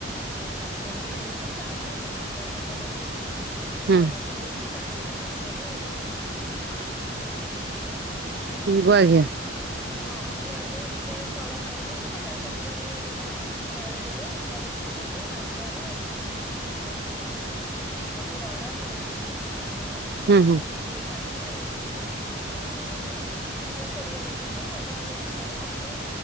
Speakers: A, in the centre; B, on the right.
A: ଯୋଉ ଯନ୍ତୁଣୀ କିି ଦେଇକି ତା ଉପରେ ପୁଣି କଦଳୀ ପତର ରଖିକି ଚୁଲିରେ
B: ହୁଁ
A: ବସେଇକି ତାକୁ ତା ଉପରେ ଯୋଉ ଦେଇକି ହକଣ
B: ଗୁଆ ଘିଅ
A: ଅ ହଁ ଗୁଆ ଘିଅ ଟିକେ ତଳେ ମାରିବେ ସେ କଦଳୀ ପତ୍ରରେ ତଳେ ଦେବେ ଉପରେ ଟିକେ ତାପରେ ଯୋଉ ସବୁ ରଡ଼ନିଆ ତା ଉପରେ
B: ହୁଁ ହୁଁ
A: ଦେଇକି ତାକୁ ଉଁ ପନ୍ଦର କୋଡିଏ ମିନିଟ କି ଅଧଘଣ୍ଟା ଭିତରେ ତାକୁ